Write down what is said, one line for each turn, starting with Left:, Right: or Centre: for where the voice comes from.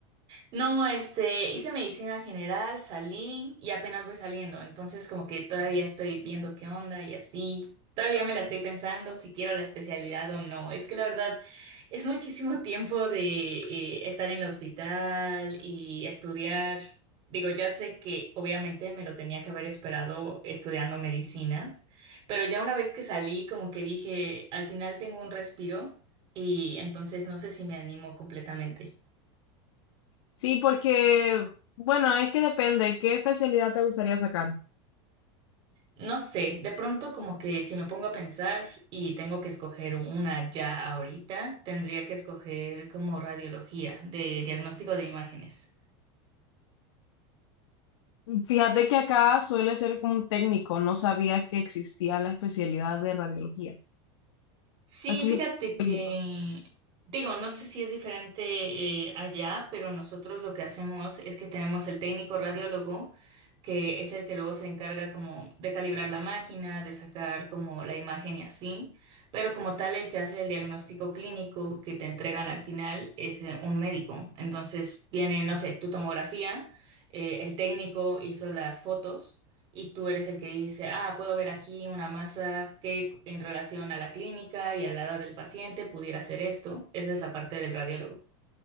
Right: No, este, hice medicina general, salí y apenas voy saliendo, entonces como que todavía estoy viendo qué onda y así. Todavía me la estoy pensando si quiero la especialidad o no. Es que la verdad es muchísimo <laughs> tiempo de eh, estar en el hospital y estudiar. Digo, ya sé que obviamente me lo tenía que haber esperado estudiando medicina, pero ya una vez que salí como que dije, al final tengo un respiro y entonces no sé si me animo completamente.
Left: Sí, porque, bueno, es que depende, ¿qué especialidad te gustaría sacar?
Right: No sé, de pronto como que si me pongo a pensar y tengo que escoger una ya ahorita, tendría que escoger como radiología de diagnóstico de imágenes.
Left: Fíjate que acá suele ser como un técnico, no sabía que existía la especialidad de radiología.
Right: Sí,
Left: Aquí,
Right: fíjate
Left: técnico.
Right: que, digo, no sé si es diferente eh, allá, pero nosotros lo que hacemos es que tenemos el técnico radiólogo, que es el que luego se encarga como de calibrar la máquina, de sacar como la imagen y así, pero como tal el que hace el diagnóstico clínico que te entregan al final es eh, un médico. Entonces viene, no sé, tu tomografía, eh, el técnico hizo las fotos y tú eres el que dice, ah, puedo ver aquí una masa que en relación a la clínica y a la edad del paciente pudiera hacer esto. Esa es la parte del radiólogo.